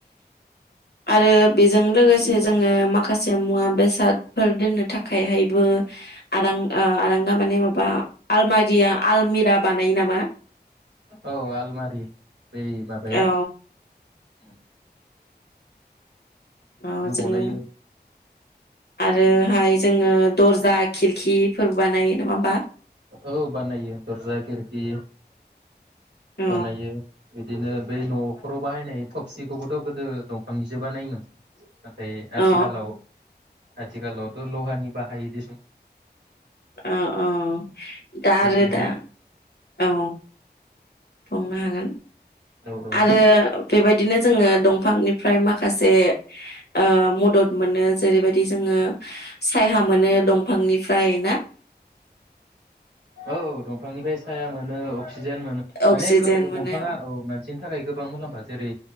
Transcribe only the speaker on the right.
औ आलमारि। बै माबाया
आरो
बनायो
औ बानायो दर्जा खिरखि
बानायो। बिदिनो बै न'फोराव बाहायनाय थफसिखौबोथ' गोदो दंफांनिजोब नायोममोन। नाथाय आथिखालाव
आथिखालावथ' लहानि बाहायदिसं।
माने
औ औ
औ दंफांनिफ्राय साया मोनो अक्सिजेन मोनो
माने गो
दंफाङा औ मानसिनि थाखाय गोबां मुलाम्फा जेरै